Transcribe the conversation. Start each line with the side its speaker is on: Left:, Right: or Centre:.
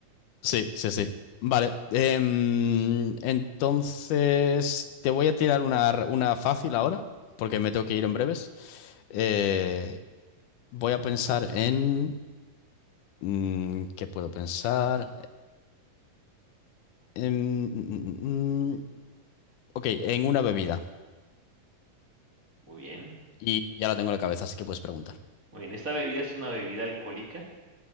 Left: sí, sí, sí. Vale, em, entonces te voy a tirar una, r- una fácil ahora, porque me tengo que ir en breves. Eh,
Right: Muy bien,
Left: voy a pensar en... mm, ¿Qué puedo pensar? En, mm, mm, mm, mm. ok, en una bebida.
Right: muy bien.
Left: Y ya la tengo en la cabeza, así que puedes preguntar.
Right: Muy bien, ¿esta bebida es una bebida alcohólica?